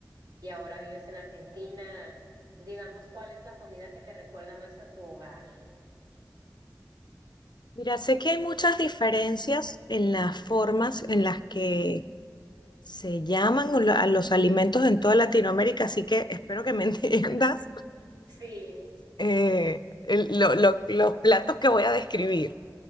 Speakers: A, on the right; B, on the left.
A: y ahora vives en Argentina. Digamos, ¿cuál es la comida que te recuerda más a tu hogar?
B: Mira, sé que hay muchas diferencias en las formas en las que se llaman lo- a los alimentos en toda Latinoamérica, así que espero que me <laughs> entiendas
A: Sí,
B: eh, el- lo- lo- los platos que voy a describir.